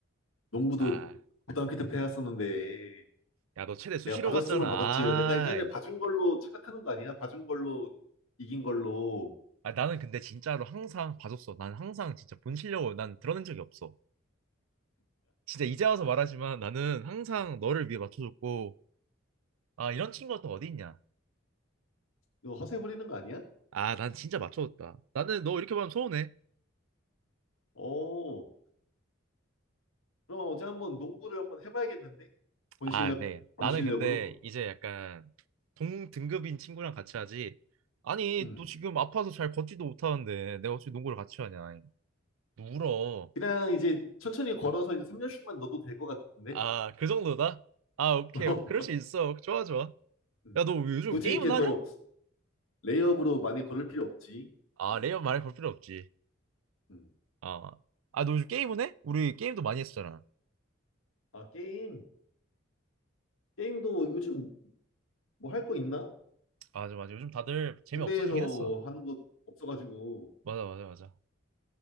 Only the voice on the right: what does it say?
아,
야, 너 최대 수시로
갔잖아.
아이.
아, 나는 근데 진짜로 항상 봐줬어. 난 항상 진짜 본 실력을 난 드러낸 적이 없어. 진짜 이제 와서 말하지만 나는 항상 너를 위해 맞춰줬고, 아, 이런 친구가 또 어디 있냐?
아, 난 진짜 맞춰줬다. 나는 너 이렇게 보면 서운해.
아,
네.
나는
근데 이제 약간 동등급인 친구랑 같이 하지. 아니,
또 지금 아파서 잘 걷지도 못하는데 내가 어떻게 농구를 같이 하냐. 너 울어.
아, 그 정도다? 아, 오케이.
그럴 수 있어. 좋아, 좋아.
야, 너 요즘
게임은
하냐?
아,
레이업 말해 볼 필요 없지.
아, 아, 너 요즘 게임은 해? 우리 게임도 많이 했었잖아.
맞아, 맞아. 요즘 다들 재미
없어지긴 했어.
맞아, 맞아, 맞아.